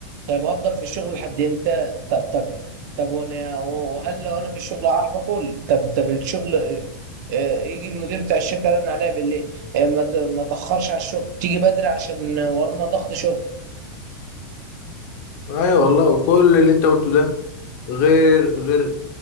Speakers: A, on the right; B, on the left.
A: طب افضل في الشغل لحد امتى طب طب طب وانا وهل لو انا في الشغل اعرف اكل طب طب الشغل آه، يجي المدير بتاع الشركه رن عليا بالليل آه، ما ت- ما تاخرش على الشغل تيجي بدري عشان ورانا ضغط شغل
B: ايوه والله وكل اللي انت قلته ده غير غير